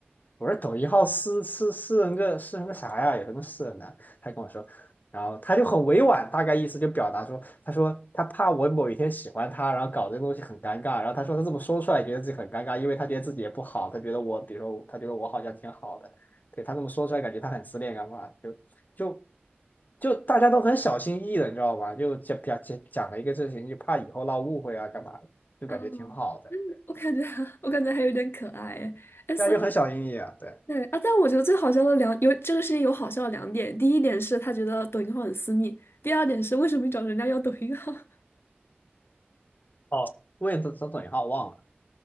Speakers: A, on the left; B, on the left.
A: 我说抖音号私私私人个私人个啥呀？有什么私人的？他跟我说，然后他就很委婉，大概意思就表达说，他说他怕我某一天喜欢他，然后搞这个东西很尴尬。然后他说他这么说出来，觉得自己很尴尬，因为他觉得自己也不好，他觉得我，比如说他觉得我好像挺好的，对他这么说出来，感觉他很自恋干嘛？就就就大家都很小心翼翼的，你知道吗？就讲讲讲了一个事情，就怕以后闹误会啊，干嘛的就感觉挺好的，
B: 哦，<laughs>
A: 对，
B: 我感觉 <laughs> 我感觉还有点可爱哎，哎所以。
A: 大家就很小心翼翼啊，对。
B: 对啊，但我觉得最好笑的两有这个事情有好笑的两点，第一点是他觉得抖音号很私密，第二点是为什么你找人家要抖音号？<laughs>
A: 哦，为什么抖音号忘了？